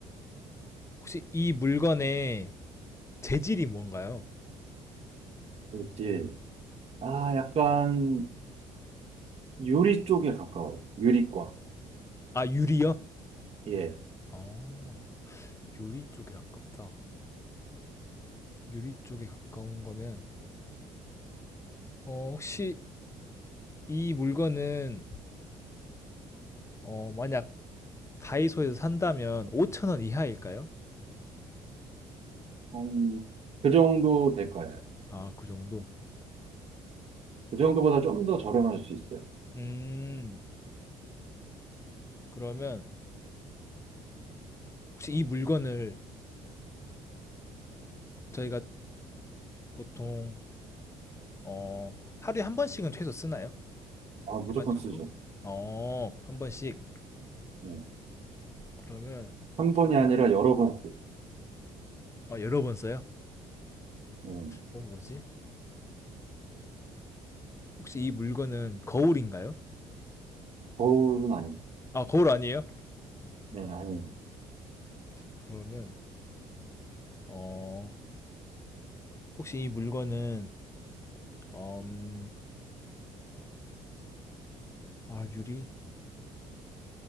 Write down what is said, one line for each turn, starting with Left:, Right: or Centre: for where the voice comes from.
Left: 혹시 이 물건의 재질이 뭔가요?
Right: 있지. 아, 약간 요리 쪽에 가까워요. 요리과.
Left: 아, 유리요?
Right: 예.
Left: 아... 유리 쪽에 가깝다. 유리 쪽에 가까운 거면 어, 혹시 이 물건은 어, 만약 다이소에서 산다면 5천 원 이하일까요?
Right: 한, 그 정도 될 거예요.
Left: 아, 그 정도?
Right: 그 정도보다 좀 더 저렴할 수 있어요.
Left: 음, 그러면 혹시 이 물건을 저희가 보통 어, 하루에 한 번씩은 최소 쓰나요?
Right: 아, 무조건
Left: 일반적으로?
Right: 쓰죠.
Left: 어, 한 번씩.
Right: 네.
Left: 그러면
Right: 한 번이 아니라 여러 번 쓰죠.
Left: 아, 여러 번 써요?
Right: 네.
Left: 어, 뭐지? 혹시 이 물건은 거울인가요?
Right: 거울은 아니고.
Left: 아, 거울 아니에요?
Right: 네, 아니,
Left: 그러면 어, 혹시 이 물건은 음, 아, 유리?